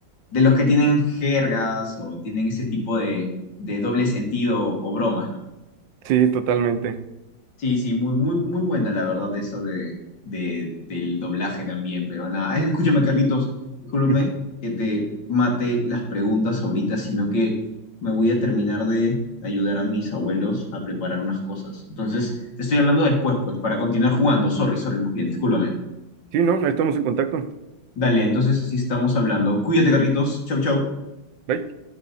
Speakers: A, on the left; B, on the right.
A: de los que tienen jergas o tienen ese tipo de, de doble sentido o bromas, ¿no?
B: Sí, totalmente.
A: Sí, sí, muy, muy, muy buena la verdad eso de, de- del doblaje también, pero nada, <laughs> Ay, escúchame Carlitos, discúlpame
B: Ujú.
A: que te mate las preguntas ahorita, sino que me voy a terminar de ayudar a mis abuelos a preparar unas cosas. Entonces, te estoy hablando después, pues, para continuar jugando. Sorry, sorry, más bien, discúlpame.
B: Sí, no, ahí estamos en contacto.
A: Dale, entonces así estamos hablando. Cuídate, Carlitos. Chau, chau.
B: Bye.